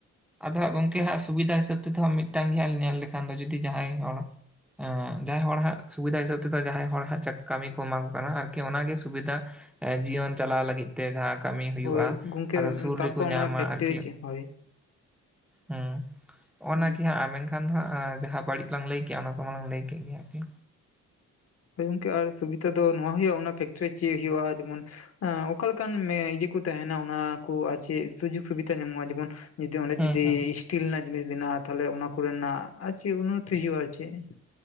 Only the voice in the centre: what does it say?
ᱟᱫᱚ ᱦᱟᱸᱜ ᱜᱚᱝᱠᱮ ᱦᱟᱸᱜ ᱥᱩᱵᱤᱫᱟ ᱦᱤᱥᱟᱹᱵᱽ ᱛᱮᱫᱚ ᱦᱟᱸᱜ ᱢᱤᱫᱴᱟᱝ ᱜᱮ ᱦᱟᱸᱜ ᱞᱤ ᱧᱮᱞ ᱞᱮᱠᱷᱟᱱ ᱫᱚ ᱡᱩᱫᱤ ᱡᱟᱦᱟᱸᱭ ᱦᱚᱲ ᱮ ᱡᱟᱦᱟᱸᱭ ᱦᱚᱲ ᱦᱟᱸᱜ ᱥᱩᱵᱤᱫᱷᱟ ᱦᱤᱥᱟᱹᱵ ᱛᱮᱫᱚ ᱡᱟᱦᱟᱸᱭ ᱦᱚᱲ ᱦᱟᱸᱜ ᱠᱟᱹᱢᱤ ᱠᱚ ᱮᱢᱟ ᱠᱚ ᱠᱟᱱᱟ ᱟᱨᱠᱤ ᱚᱱᱟᱜᱮ ᱥᱩᱵᱤᱫᱷᱟ᱾ ᱮᱸ ᱡᱤᱭᱚᱱ ᱪᱟᱞᱟᱣ ᱞᱟᱹᱜᱤᱫ ᱛᱮ ᱡᱟᱦᱟᱸ ᱠᱟᱹᱢᱤ ᱦᱩᱭᱩᱜᱼᱟ
ᱟᱫᱚ ᱥᱩᱨ
ᱨᱮᱠᱚ
ᱧᱟᱢᱟ
ᱟᱨᱠᱤ
ᱦᱩᱸ ᱚᱱᱟᱜᱤ
ᱦᱟᱸᱜ ᱢᱮᱱ ᱮᱠᱷᱟᱱ ᱫᱚ ᱦᱟᱸᱜ ᱡᱟᱦᱟᱸ ᱵᱟᱹᱲᱤᱡ ᱞᱟᱝ ᱞᱟᱹᱭ ᱠᱮᱜᱼᱟ ᱚᱱᱟ ᱠᱚ ᱢᱟᱞᱟᱝ ᱞᱟᱹᱭ ᱠᱮᱫ ᱜᱮᱭᱟ ᱟᱨᱠᱤ
ᱦᱩᱸ
ᱦᱩᱸ